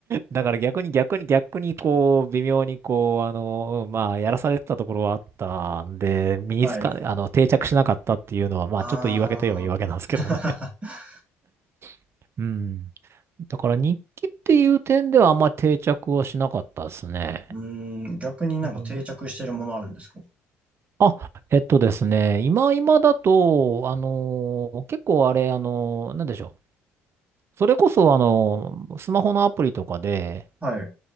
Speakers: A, on the right; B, on the right.
A: だから逆に逆に逆にこう、微妙にこう、あの、うんまあ、やらされてたところはあったんで、身につか、
B: はい。
A: あの、定着しなかったっていうのは、まあ、
B: ああ。
A: ちょっと言い訳といえば言い訳なんですけどね
B: <laughs>
A: <laughs> うん。だから日記っていう点ではあんまり定着はしなかったですね。
B: うーん、逆になんか定着してるものあるんですか
A: うんあ、えっとですね、今今だと、あのー結構あれ、あのーなんでしょう、それこそ、あの、スマホのアプリとかで、
B: はい。